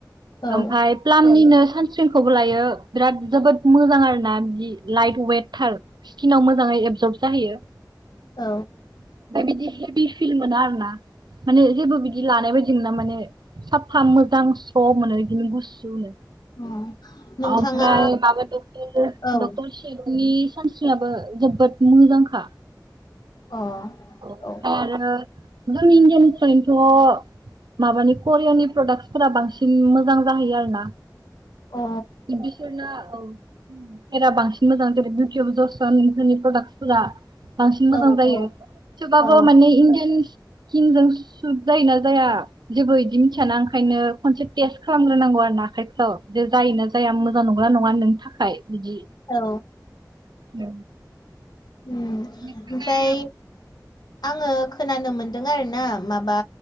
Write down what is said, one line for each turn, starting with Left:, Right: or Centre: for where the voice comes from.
Left: औ
Right: ओमफ्राय प्लामनिनो सानस्क्रिनखौबो लायो बिराद जोबोद मोजां आरोना। बिदि लाइट वेटथार स्किनाव मोजाङै एबजर्ब जाहैयो।
Left: औ।
Right: ओमफ्राय बिदि फिल मोना आरो ना। माने जेबो बिदि लानाय बायदि मोना माने साफा मोजां <unintelligible> गुसुनो।
Left: अ नोंथाङा
Right: ओमफ्राय माबा <unintelligible> <unintelligible>
Left: औ
Right: सानस्क्रिनाबो जोबोद मोजांखा।
Left: अ
Right: आरो
Left: औ
Right: जों <unintelligible> माबानि करियानि प्रडाक्टसफोरा बांसिन मोजां जाहैयो आरो ना।
Left: अ औ
Right: बिदिसोना औ। <unintelligible> बांसिन मोजां जेर <unintelligible> प्रडाक्सफोरा बांसिन मोजां
Left: औ
Right: जायो। थेवबाबो
Left: औ
Right: माने इन्दियान स्किनजों सुद जायोना जाया। जेबो बिदि मिथियाना ओंखायनो खनसे टेस्ट खालामग्रोनांगौ आरोना। आखाइफ्राव दे जायोना जाया। मोजां नंगौना नङा नोंनि थाखाय। बिदि
Left: औ।
Right: औ।
Left: ओमफ्राय
Right: नोंथाङा
Left: आङो खोनानो मोनदों आरोना। माबा